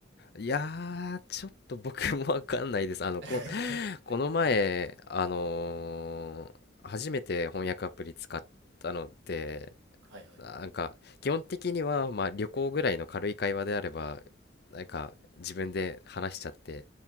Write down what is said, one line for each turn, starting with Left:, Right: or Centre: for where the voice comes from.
Left: いやーちょっと僕もわかんないですあのこ、
Right: <laughs>
Left: この前あのー初めて翻訳アプリ使ったので
Right: はいはい。
Left: なんか基本的にはまあ旅行ぐらいの軽い会話であればなんか自分で話しちゃって